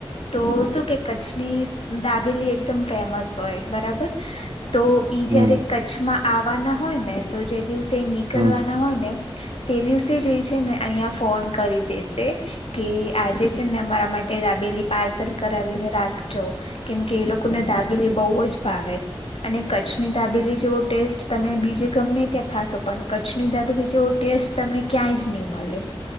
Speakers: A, on the left; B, on the right.
A: તો શું કે કચ્છની દાબેલી એકદમ ફેમસ હોય. બરાબર? તો
B: હમ
A: ઈ જયારે કચ્છમાં આવવાના હોય ને. તો જે દિવસ. જે નીકળવાના
B: હમ હમ
A: હોય ને, તે દિવસે છે ને, અઈયા ફોન કરી દેશે કે, આજે છે ને, અમારા માટે દાબેલી પાર્સલ કરાવીને રાખજો, કેમકે એ લોકોને દાબેલી બોઉ જ ભાવે. અને કચ્છની દાબેલી જેવો ટેસ્ટ તમે બીજે ગમે ત્યાં ખાશો, પણ કચ્છની દાબેલી જેવો ટેસ્ટ તમને ક્યાંય જ નઈ મળે.